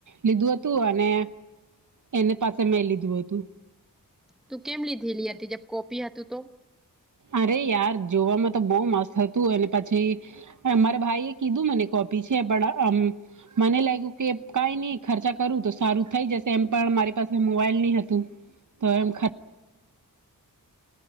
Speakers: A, on the right; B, in the centre.
A: લીધું હતું અને એની પાસે મેં લીધું હતું
B: તું કેમ લીધેલી હતી જ કોપી હતીું તો
A: અરે યાર જોવામાં તો બહુ મસ્ત હતું અને પછી મારા ભાઈ એ કીધું મને કોપી છે પણ મને લાગ્યું કે કાઈ નઈ ખર્ચા કરું તો સારું થઈ જશે એમ પણ મારી પાસે મોબાઈલ નહી હતું તો એમ ખા